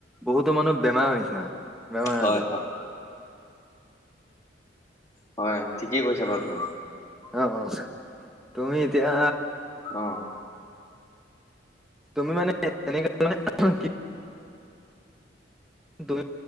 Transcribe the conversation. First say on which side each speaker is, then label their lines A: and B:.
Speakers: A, in the centre; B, on the left.
A: বহুতো মানুহ বেমাৰ হৈছে, বেমাৰ
B: হয়
A: আজাৰ।
B: হয় হয়, ঠিকে কৈছা বা তুমি।
A: অ', অ', তুমি এতিয়া
B: অহ্।
A: তুমি মানে এনে কি তুমি